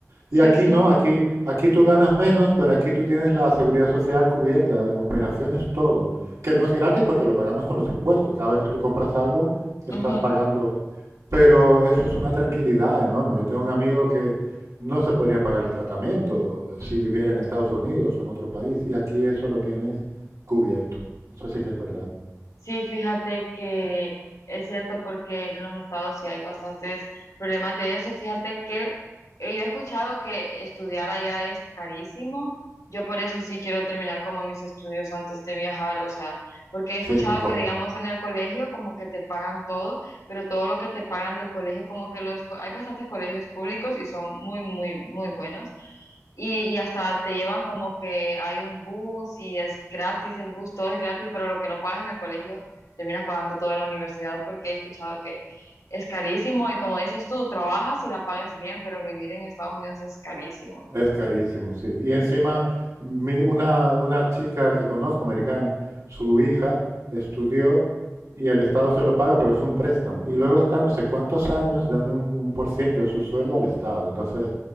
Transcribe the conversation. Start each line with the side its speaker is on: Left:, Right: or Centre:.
Left: sí,
Right: Y aquí
Left: sí.
Right: no, aquí, aquí tú ganas menos, pero aquí tú tienes la seguridad social cubierta, operaciones, todo. Que no es gratis porque lo pagamos con los impuestos. Cada vez que tú compras algo, Estás
Left: Ujú.
Right: pagando, pero eso es una tranquilidad enorme. Yo tengo un amigo que no se podría pagar el tratamiento si viviera en Estados Unidos o en otro país, y aquí eso lo tienes cubierto. Eso sí que es verdad.
Left: Sí, fíjate que es cierto porque en los estados sí hay bastantes problemas de eso. Fíjate que eh, yo he escuchado que estudiar allá es carísimo. Yo por eso sí quiero terminar como mis estudios antes de viajar, o sea, porque he escuchado
Right: Sí, mejor.
Left: que digamos en el colegio como que te pagan todo, pero todo lo que te pagan del colegio como que los co- hay bastantes colegios públicos y son muy, muy, muy buenos. Y, y hasta te llevan como que hay un bus y es gratis el bus, todo es gratis, pero lo que no pagas en el colegio terminas pagando todo en la universidad porque he escuchado que es carísimo y como dices tú, trabajas y la pagas bien, pero vivir en Estados Unidos es carísimo.
Right: Es carísimo, sí. Y encima, mi- una, una chica que conozco, americana, su hija estudió y el Estado se lo paga, pero es un préstamo. Y luego está no sé cuántos años dando un, un por ciento de su sueldo al Estado. Entonces,